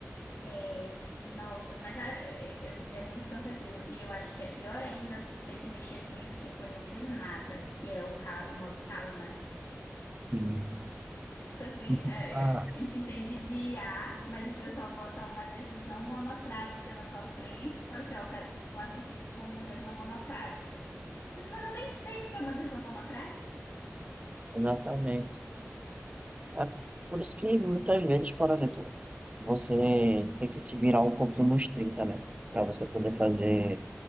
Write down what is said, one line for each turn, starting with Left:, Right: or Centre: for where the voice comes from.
Left: É, nossa, mas ah, é, é- é muito cansativo. E eu acho que é pior ainda tu ter que mexer com isso sem conhecer nada, que é o ca- o nosso caso, né?
Right: Sim.
Left: Tipo assim,
Right: Isso
Left: é,
Right: tu tá
Left: é, a gente entende de I A mas o pessoal bota uma decisão monocrática na tua frente e fala assim, ó, eu quero que se classifique como decisão monocrática. Eu disse, Mas eu nem sei o que é uma decisão monocrática.
Right: exatamente. É por isso que muitas vezes, por exemplo, você tem que se virar um pouquinho nos 30, né? para você poder fazer